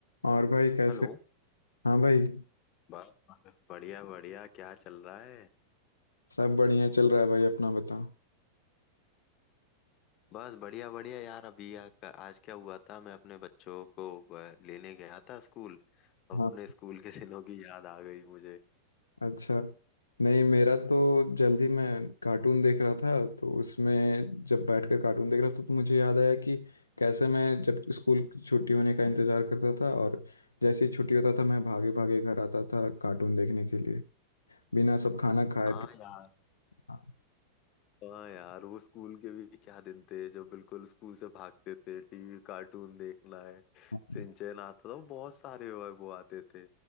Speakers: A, on the left; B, on the left.
A: और भाई कैसे
B: Hello
A: हाँ भाई
B: बस बढ़िया बढ़िया क्या चल रहा है
A: सब बढ़िया चल रहा है भाई अपना बताओ
B: बस बढ़िया बढ़िया यार अभी आ, आज क्या हुआ था मैं अपने बच्चों को अ, लेने गया था स्कूल अपने
A: हाँ
B: स्कूल के दिनों की याद आ गई मुझे
A: अच्छा नहीं मेरा तो जल्दी मैं कार्टून देख रहा था तो उसमें जब बैठकर कार्टून देख रहा था तो मुझे याद आया कि कैसे मैं जब स्कूल की छुट्टी होने का इंतज़ार करता था और जैसे ही छुट्टी होता था मैं भागे भागे घर आता था कार्टून देखने के लिए बिना सब खाना खाए
B: हाँ
A: पिए
B: यार
A: हाँ,
B: हाँ यार वो स्कूल के भी क्या दिन थे जब बिल्कुल स्कूल से भागते थे टीवी कार्टून देखना है
A: हाँ,
B: सिंचैन आता था वो बहुत सारे वो वो आते थे